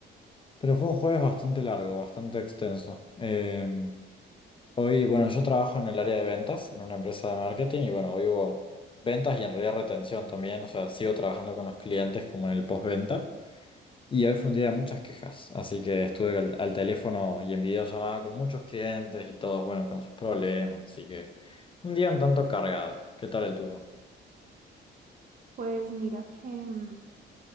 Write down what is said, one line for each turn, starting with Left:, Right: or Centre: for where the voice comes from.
Left: pero fue un jueves bastante largo, bastante extenso. Eh, hoy, bueno, yo trabajo en el área de ventas, en una empresa de marketing y bueno, hoy hubo ventas y en realidad retención también, o sea, sigo trabajando con los clientes como en el postventa. Y hoy fue un día de muchas quejas, así que estuve al, al teléfono y en videollamada con muchos clientes y todos, bueno, con sus problemas, así que un día un tanto cargado. ¿Qué tal el tuyo?
Right: Pues mira que mm,